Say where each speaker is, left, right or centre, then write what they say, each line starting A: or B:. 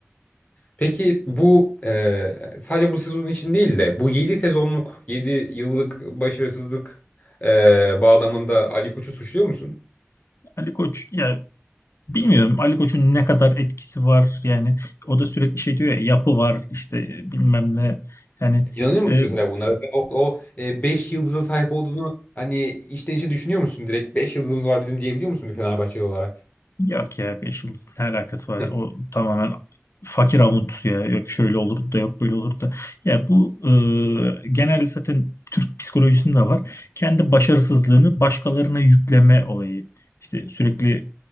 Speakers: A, on the left; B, on the left.
A: Peki bu e, sadece bu sezon için değil de bu yedi sezonluk 7 yıllık başarısızlık e, bağlamında Ali Koç'u suçluyor musun?
B: Ali Koç ya bilmiyorum Ali Koç'un ne kadar etkisi var yani o da sürekli şey diyor ya yapı var işte bilmem ne yani
A: İnanıyor musun
B: e,
A: mesela bunlara? O, o e, 5 yıldıza sahip olduğunu hani içten içe düşünüyor musun? Direkt 5 yıldızımız var bizim diyebiliyor musun bir Fenerbahçeli olarak?
B: Yok ya 5 yıldızın ne alakası var?
A: Evet,
B: O tamamen fakir avuntusu ya. Yok şöyle olur da yok böyle olur da. Ya bu e, genelde zaten Türk psikolojisinde de var. Kendi başarısızlığını başkalarına yükleme olayı. İşte sürekli